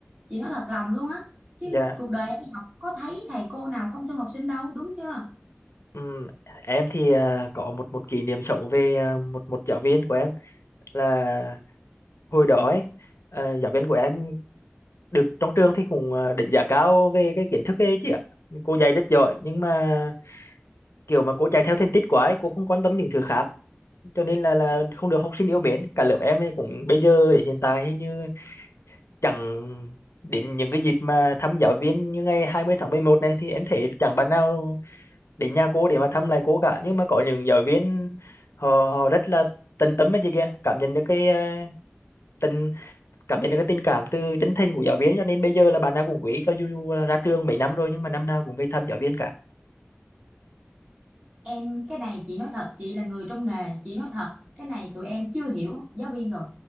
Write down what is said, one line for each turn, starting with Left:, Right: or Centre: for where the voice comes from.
Right: chị nói thật lòng luôn á chứ
Left: dạ
Right: cuộc đời em đi học có thấy thầy cô nào không thương học sinh đâu đúng chưa
Left: Ừm, em thì ờ, có một một kỷ niệm xấu về ờ, một một giáo viên của em là hồi đó ấy ờ, giáo viên của em được trong trường thì cũng ờ, đánh giá cao về cái kiến thức ấy chị ạ cô dạy rất giỏi nhưng mà kiểu mà cô chạy theo thành tích quá ấy cô không quan tâm những thứ khác cho nên là là không được học sinh yêu mến cả lớp em ấy cũng bây giờ hiện tại hình như chẳng đến những cái dịp mà thăm giáo viên như ngày 20 tháng 11 này thì em thấy chẳng bạn nào đến nhà cô để mà thăm lại cô cả nhưng mà có những giáo viên họ, họ rất là tận tâm ấy chị kia cảm nhận được cái ờ, tình cảm nhận được cái tình cảm từ chân thành của giáo viên cho nên bây giờ là bạn nào cũng quý cho dù là ra trường mấy năm rồi nhưng mà năm nào cũng về thăm giáo viên cả
Right: em cái này chị nói thật chị là người trong nghề chị nói thật cái này tụi em chưa hiểu giáo viên rồi